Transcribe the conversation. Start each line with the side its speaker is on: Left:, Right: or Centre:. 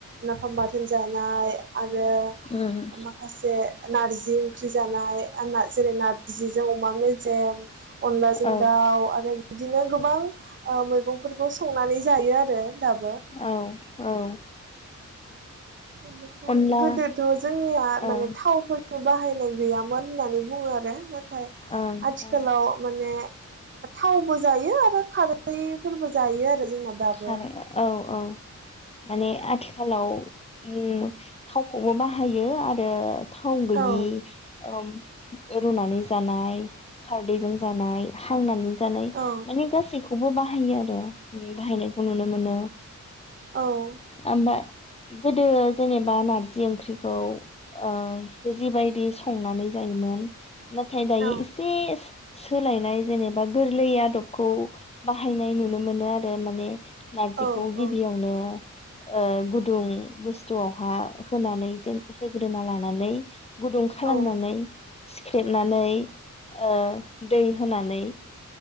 Right: नाफाम बाथोन जानाय आरो
Left: ओं
Right: माखासे नार्जि ओंख्रि जानाय ओ जेरै नारजिजों अमा मेजेम अनलाजों
Left: औ
Right: दाउ आरो बिदिनो गोबां ओ मैगंफोरखौ संनानै जायो आरो दाब
Left: औ औ
Right: बेनिफ्राय
Left: अनला
Right: गोदोथ जोंनिया
Left: ओं
Right: माने थावफोरनि बाहायनाय गैयामोन होननानै बुङो आरो नाथाय
Left: ओं
Right: आथिखालाव माने थावबो जायो आरो खारै खैफोरबो जायो आरो जोंना दाबो
Left: खारे औ औ माने आथिा खालाव उम थावखौबो बाहायो आरो थाव गैयि
Right: औ
Left: ओम रुनानै जानाय खारदैजों जानाय हांनानै जानाय
Right: औ
Left: माने गासैखौ खौबो बाहायो आरो उम बाहायनायखौ नुनो मोनो
Right: औ
Left: ओमबा गोदो जेनेबा नारजि ओंख्रिखौ ओ जिबायदि संनानै जायोमोन नाथायाय दायो
Right: औ
Left: इसे सोलायनाय जेनेबा गोरलै आदबखौ बाहायनाय नुनो मोनो आर ओ माने नारजिखौ
Right: औ
Left: गिबियावनो ओ गुदुं बुस्थुआवहा होनानै जोन होग्रोना लानानै गुदुं खालामनानै
Right: औ
Left: सिख्रेबनानै ओ दै होनानै